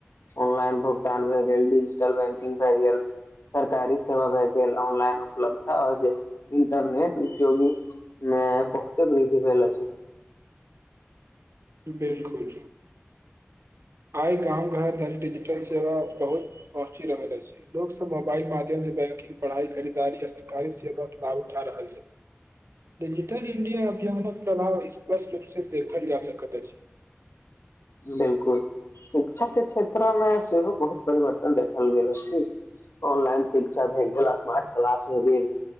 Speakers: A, on the left (about 85°); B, on the right (about 75°).
A: ऑनलाइन भुगतान भए गेल डिजिटल बैंकिंग भए गेल सरकारी सेवा भए गेल ऑनलाइन उपलब्धता आओर जे इंटरनेट उपयोगी मे बहुते वृद्धि भेलो अछि
B: बिल्कुल आइ गाम घर धरि डिजिटल सेवा बहुत पहुँचि रहल अछि लोक सब मोबाइल माध्यम बैंकिंग पढ़ाई खरीदारी आ सरकारी सेवाके लाभ उठा रहल छथिन्ह डिजिटल इंडिया अभियानक प्रभाव स्पष्ट रूपसँ देखल जा सकैत अछि
A: बिल्कुल शिक्षा के क्षेत्रमे सेहो बहुत परिवर्तन देखल गेल अछि ऑनलाइन शिक्षा भए गेल स्मार्ट क्लास भए गेल